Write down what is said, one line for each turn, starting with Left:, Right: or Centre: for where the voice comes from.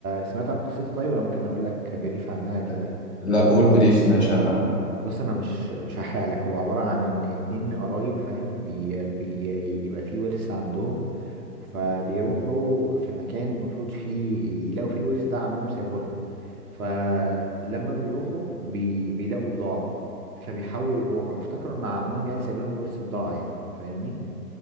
Right: سمعت عن قصته طيب انا ممكن اقول لك بريف عنها كده
Left: <laughs> لا قول بريف ماشي انا
Right: بص انا مش مش هحرق لك هو عباره عن ان اتنين قرايب فاهم بي بي يبقى في ورث عندهم فبيروحوا في مكان المفروض فيه يلاقوا فيه الورث ده عمهم سايبه لهم فلما بيروحوا بي بيلاقوا بضاعه فبيحاولوا يبيعوها افتكروا ان عمهم يعني سايب لهم الورث بضاعه يعني فاهمني